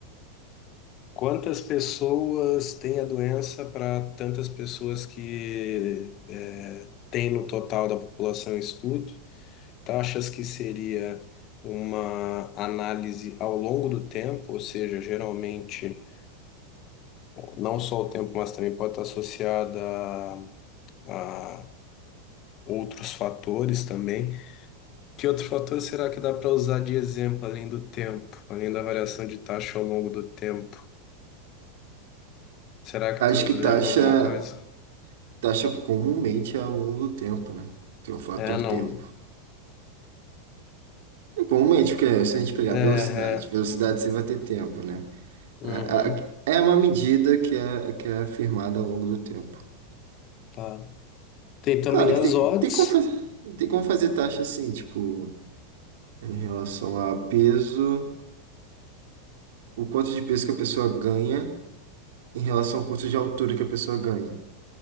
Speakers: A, on the left; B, on the right.
A: quantas pessoas têm a doença para tantas pessoas que é, tem no total da população em estudo? Taxas que seria uma análise ao longo do tempo, ou seja, geralmente não só o tempo, mas também pode estar associada a, a outros fatores também. Que outro fator será que dá para usar de exemplo além do tempo, além da variação de taxa ao longo do tempo? Será que
B: Acho
A: tu
B: que
A: lembra
B: taxa,
A: alguma coisa?
B: taxa comumente é ao longo do tempo, né? Tem o fator
A: É, não.
B: tempo. Igualmente, porque se a gente pegar
A: É, é.
B: velocidade, velocidade você vai ter tempo, né?
A: Uhum,
B: É, a- é uma medida que é, que é afirmada ao longo do tempo.
A: tá. Tem também
B: Claro
A: as
B: que tem,
A: odds.
B: tem como fazer, tem como fazer taxa assim, tipo, em relação a peso, o quanto de peso que a pessoa ganha em relação ao quanto de altura que a pessoa ganha.